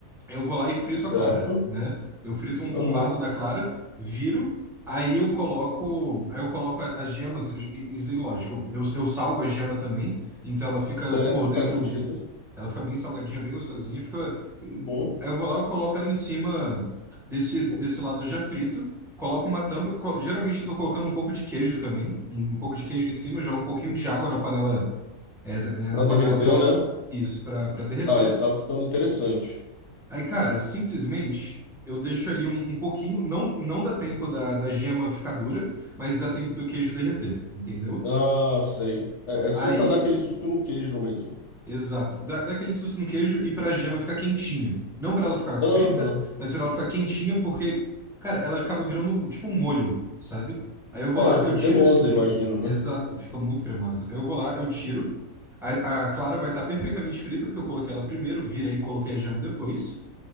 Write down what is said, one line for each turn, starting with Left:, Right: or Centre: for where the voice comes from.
Centre: Eu vou lá e frito
Left: certo.
Centre: a clara, né? Eu frito um,
Left: Aham.
Centre: um lado da clara, viro, aí eu coloco, aí eu coloco a- as gemas, i- i- isso é lógico. Eu, eu salgo a gema também, então ela fica
Left: Certo,
Centre: por dentro,
Left: faz sentido.
Centre: ela fica bem salgadinha, bem gostosinha, fica.
Left: Bom.
Centre: Aí eu vou lá, eu coloco ela em cima desse desse lado já frito, coloco uma tampa, co- geralmente eu tô colocando um pouco de queijo também, um, um pouco de queijo em cima, jogo um pouquinho de água na panela, é, da- é,
Left: Pra
Centre: na panela
Left: derreter,
Centre: para ela,
Left: né?
Centre: isso, para para derreter.
Left: Tá, isso tá ficando interessante.
Centre: Aí, cara, simplesmente eu deixo ali um, um pouquinho, não, não dá tempo da, da gema ficar dura, mas dá tempo do queijo derreter, entendeu?
Left: Ah, ah, sei. É, é só
Centre: Aí,
Left: pra dar aquele susto no queijo mesmo.
Centre: exato, dá, dá aquele susto no queijo e pra gema ficar quentinha. Não pra ela ficar
Left: Aham.
Centre: frita, mas pra ela ficar quentinha, porque, cara, ela acaba virando um- tipo um molho, sabe? Aí eu vou
Left: É,
Centre: lá,
Left: ela foi
Centre: eu tiro
Left: cremosa,
Centre: isso daí.
Left: imagino,
Centre: Exato,
Left: né?
Centre: fica muito cremosa. Eu vou lá, eu tiro. A, a clara vai estar perfeitamente frita, porque eu coloquei ela primeiro, virei e coloquei a gema depois.